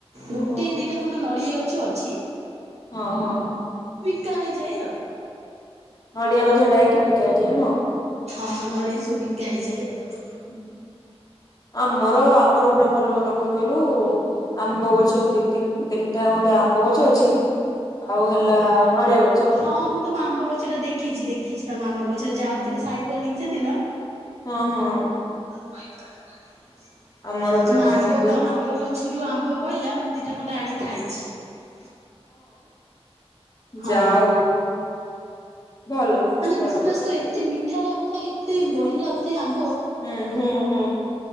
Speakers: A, on the right; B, on the left.
A: ଗୋଟିଏ
B: ଓହୋ।
A: ଦିଇଟା ଖଣ୍ଡ ନଡ଼ିଆ ଗଛ ଅଛି।
B: ହଁ ହଁ।
A: କା ହେଇଯାଏ ଆଉ।
B: ନଡ଼ିଆ ବ ଝଡା ହେଇକି ବିକା ହେଇଯାଏ ନୁହଁ।
A: ହଁ ନଡିଆ ସୁୁ ବିକା ହେଇଯାଏ ଆଉ।
B: ହୁଁ। ଆମର ଆମର ପୁରା ଭଲ ଭଲ। କଣ କହିଲୁ ଆମ୍ବ ଗଛ ଦି ତିନ ତିନଟା ଭଳିଆ ଆମ୍ବ ଗଛ ଅଛି ଆଉ ହେଲା ନଡିଆ ଗ
A: ହଁ ମୁଁ ତମ ଆମ୍ବ ଗଛ ଟା ଦେଖିଛି ଦେଖିଛି ତମ ଆମ୍ବ ଗଛଟା
B: ହୁଁ।
A: ଯାଉଥିଲି ସାଇକେଲ ନେଇକି ସେଦିନ
B: ହଁ ହଁ।
A: ପାଇପାରିବୁ ନା
B: ଆମର
A: ଆଉ
B: ପୁରା
A: ତମ
B: ମାନେ
A: ଆମ୍ବ
B: କଣ କହିଲୁ
A: ଆମ୍ବ ଗଛରୁ ଆମ୍ବ ପଇଲା ମୁଁ ଦିଟା ଖଣ୍ଡେ ଆଣିକି ଖାଇଛି। <unintelligible> ହଁ
B: ଯା ହଉ। ଭଲ।
A: ମାନେ
B: ଭଲ
A: ବିଶ୍ୱଵାସ
B: କରୁଛୁ
A: କର ଏତେ ମି ମିଠା ଲାଗୁଥାଏ ଏତେ ବଢିଆ ଲାଗୁଥାଏ ଆମ
B: ହୁଁ ହୁଁ ହୁଁ।